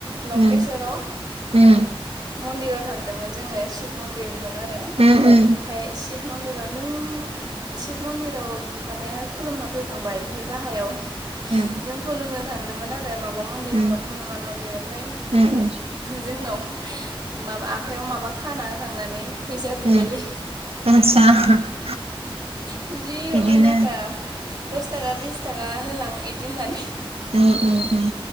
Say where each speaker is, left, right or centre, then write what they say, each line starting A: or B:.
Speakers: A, on the right; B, on the right.
A: लंकेशराव
B: उम उम
A: मन्दिराव थांदोंमोन जोङो शिब मन्दिर मोन आरो
B: उम उम
A: ओमफ्राय शिब मन्दिराव नों शिब मन्दिराव माने खुलुमना फैखांबाय ओमफ्राय गाहायाव
B: उम
A: जों खुलुमनो थांदोंमोन आरो माबा माबा मन्दिर
B: उम
A: दंमोन हनुमान मन्दिर ओमफ्राय
B: उम उम
A: जोंनाव माबा आखाइयाव माबा खाना होखांनानै फैसा
B: <unintelligible>
A: बिबायलै जि अयनायखा
B: बिदिनो
A: दस थाखा बिस थाखा होलां बिदि होननानै
B: उम